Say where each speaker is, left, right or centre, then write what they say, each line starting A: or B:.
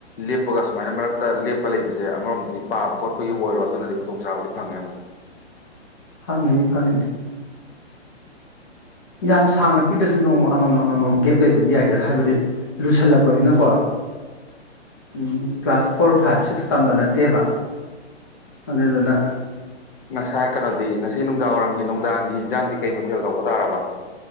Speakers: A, on the left; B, on the left.
A: ꯂꯦꯞꯄꯒ ꯁꯨꯃꯥꯏꯅ ꯃꯔꯛꯇ ꯂꯦꯞꯄ ꯂꯩꯕꯁꯦ ꯑꯃꯔꯣꯝꯗꯗꯤ ꯄꯥꯕ ꯈꯣꯠꯄꯒꯤꯕꯨ ꯑꯣꯏꯔꯣ ꯑꯗꯨꯅꯗꯤ ꯈꯨꯗꯣꯡꯆꯥꯥꯕꯗꯤ ꯐꯪꯉꯦ ꯑꯃꯨꯛ
B: ꯐꯪꯉꯤꯅꯦ ꯐꯪꯉꯤꯗꯤ ꯌꯥꯝ ꯁꯥꯡꯅ ꯄꯤꯗ꯭ꯔꯁꯨ ꯅꯣꯡꯃ ꯑꯃꯃꯝ ꯑꯃꯃꯝ ꯒꯦꯞ ꯂꯩꯕꯗꯤ ꯌꯥꯏꯗ ꯍꯥꯏꯕꯗꯤ ꯂꯨꯁꯜꯂꯛꯄꯅꯤꯅꯀꯣ um class four five six ꯇꯝꯕ ꯅꯠꯇꯦꯕ ꯑꯗꯨꯗꯨꯅ
A: ꯉꯁꯥꯏ ꯀꯩꯅꯣꯗꯤ ꯉꯁꯤ ꯅꯨꯡꯗꯥꯡꯋꯥꯏꯔꯝꯒꯤ ꯅꯨꯡꯗꯥꯡꯒꯤ ꯏꯟꯖꯥꯡꯗꯤ ꯀꯩ ꯃꯊꯦꯜ ꯇꯧꯕ ꯇꯥꯔꯕ